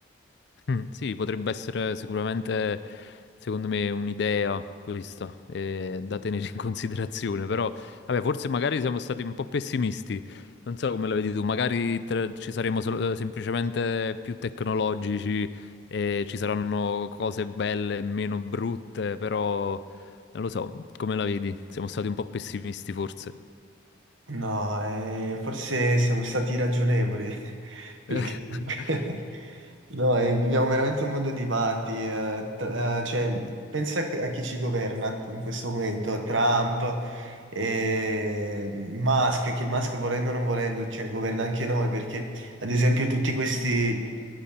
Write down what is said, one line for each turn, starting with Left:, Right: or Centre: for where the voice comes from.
Left: Mm, Sì, potrebbe essere sicuramente, secondo me, un'idea questa, eh, da tenere in <laughs> considerazione, però, vabbè, forse magari siamo stati un po' pessimisti, non so come la vedi tu, magari tra- ci saremo solo- eh, semplicemente più tecnologici e ci saranno cose belle e meno brutte, però, non lo so, come la vedi? Siamo stati un po' pessimisti forse.
Right: No, eh, forse siamo stati ragionevoli, <laughs> perché
Left: <laughs>
Right: comunque- <laughs> no, eh, viviamo veramente un mondo di matti. eh, tra- eh, cioè, pensa a a chi ci governa in questo momento, Trump, e Musk, che Musk volendo o non volendo, cioè, governa anche noi, perché ad esempio tutti questi...